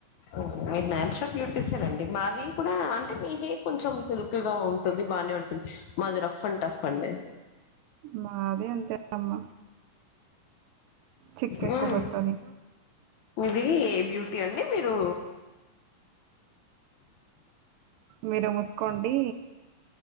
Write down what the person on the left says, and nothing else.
ఊ మీరు న్యాచురల్ బ్యూటీసే లేండి మాది కూడా అంటే మీ హేర్ కొంచెం సిల్ కుగా ఉంటుంది బానే ఉంటుంది మాది రఫ్ అండ్ టఫ్ అండి
మ్మ్
మీది బ్యూటీ అండి మీరు